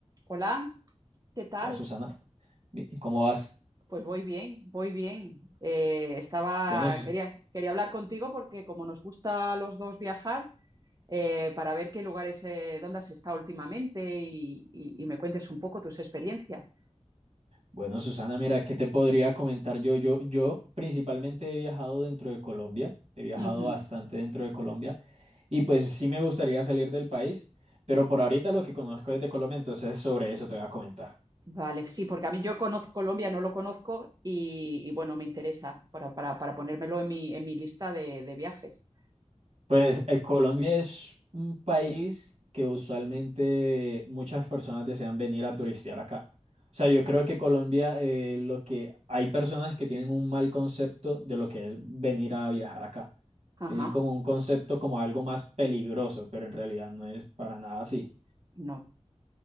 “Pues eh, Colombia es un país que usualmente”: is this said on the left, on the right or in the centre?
Right